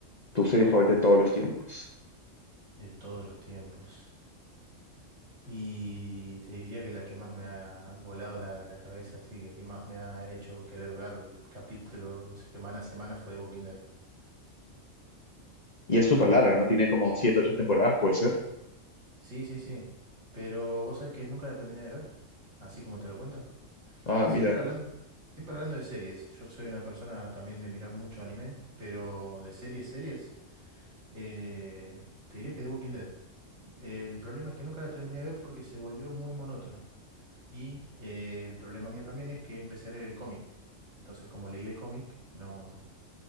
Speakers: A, on the left; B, on the right.
A: tu serie favorita de todos los tiempos?
B: de todos los tiempos. Y te diría que la que más me ha volado la, la cabeza, así que que más me ha hecho querer ver capítulos semana a semana fue The Walking Dead.
A: Y es súper
B: Eh,
A: larga, ¿no?
B: Ah.
A: Tiene como siete, ocho temporadas, puede ser.
B: sí, sí, sí. Pero vos sabés que nunca la terminé de ver, así como te lo cuento.
A: Ah,
B: Siempre
A: mira.
B: hablando, siempre hablando de series. Yo soy una persona también de mirar mucho anime, pero de series, series, eh, te diría que The Walking Dead. El problema es que nunca la terminé de ver porque se volvió muy monótona. Y eh, el problema mío también es que empecé a leer el cómic. Entonces, como leí el cómic, no,